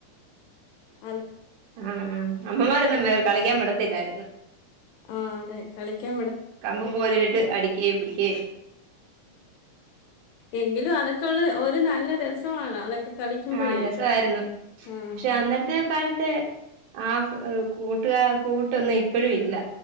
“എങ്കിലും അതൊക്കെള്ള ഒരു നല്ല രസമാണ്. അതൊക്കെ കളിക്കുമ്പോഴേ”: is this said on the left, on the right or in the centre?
Left